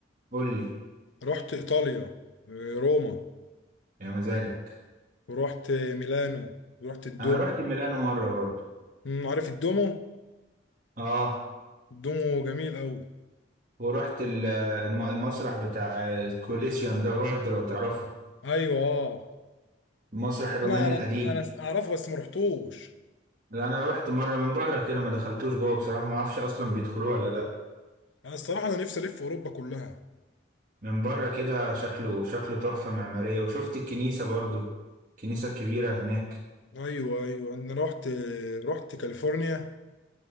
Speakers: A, on the right; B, on the left.
A: قول لي
B: رحت ايطاليا آه، روما
A: يا مزاجك
B: ورحت ميلانو ورحت الدومو
A: انا رحت ميلانو مره برضو
B: أمم، عارف الدومو
A: اه
B: الدومو جميل قوي
A: ورحت ال- الم- المسرح بتاع الكوليسيوم ده برضو لو تعرفه
B: ايوه آه.
A: المسرح الروماني
B: انا انا
A: القديم
B: انا اعرفه بس ما رحتوش
A: لا انا رحت مره من بره كده ما دخلتوش جوه بصراحه ما اعرفش اصلا بيدخلوه ولا لا
B: انا الصراحه انا نفسي الف اوروبا كلها
A: من بره كده شكله شكله تحفه معماريه وشفت الكنيسه برضو الكنيسه الكبيره هناك
B: ايوه ايوه انا رحت رحت كاليفورنيا